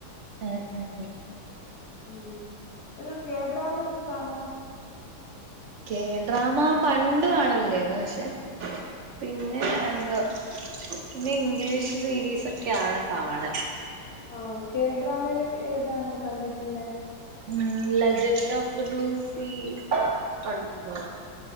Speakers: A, on the right; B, on the left.
A: ഏഹ് ഏഹ് ഉം
B: ഉം, ഒരു കെ ഡ്രാമ ഒക്കെ കാണുവോ?
A: കെഡ്രാമ പണ്ട് കാണലിണ്ടരുന്നു. പക്ഷെ പിന്നെ, എന്തോ, പിന്നെ, ഇംഗ്ലീഷ് സീരീസ് ഒക്കെ ആണ് കാണ
B: ആഹ്, ഒക്കെ, കെ ഡ്രാമേല് ഏതാണ് കണ്ടിട്ടുള്ളെ?
A: ഉം, legend of the blue sea, കണ്ടു.